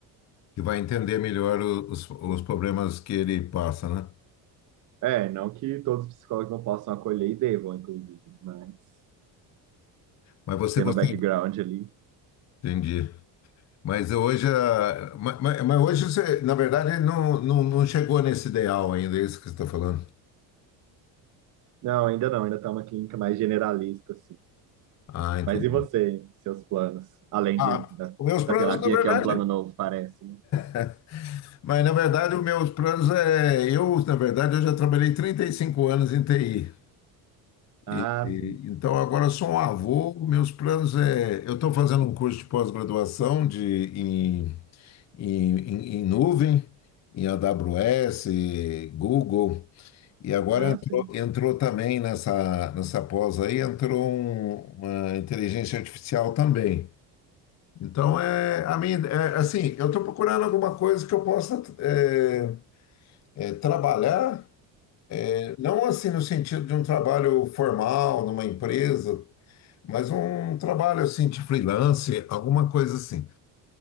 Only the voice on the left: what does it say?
Que vai entender melhor o- os, os problemas que ele passa, né?
Mas você
gostaria,
entendi. Mas hoje, a- ma- ma- mas, hoje você, na verdade, não, não, não chegou nesse ideal ainda, é isso que você está falando.
Ah, entendi.
Ah,
meus planos,
na verdade.
<laughs> Mas, na verdade, os meus planos é. Eu, na verdade, eu já trabalhei 35 anos em TI.
E, e-
então, agora eu sou um avô. Meus planos é. Eu estou fazendo um curso de pós-graduação de, em, em, em- em nuvem, em AWS, Google. E agora
entrou,
entrou também nessa, nessa pós aí, entrou um- uma inteligência artificial também. Então, é, a minha, é, assim, eu estou procurando alguma coisa que eu possa. é, é, trabalhar, é, não assim no sentido de um trabalho formal, numa empresa, mas um trabalho assim de freelance, alguma coisa assim.